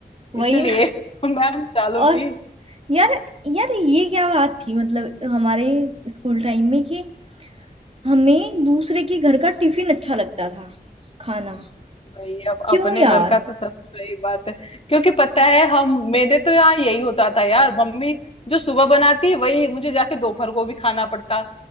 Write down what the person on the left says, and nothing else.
इसलिए
<laughs> मैम चालू
थी
भाई अब
अपने
घर का तो सब सही बात है क्योंकि पता है हम मेरे तो यहाँ यही होता था यार मम्मी जो सुबह बनाती वही मुझे जाके दोपहर को भी खाना पड़ता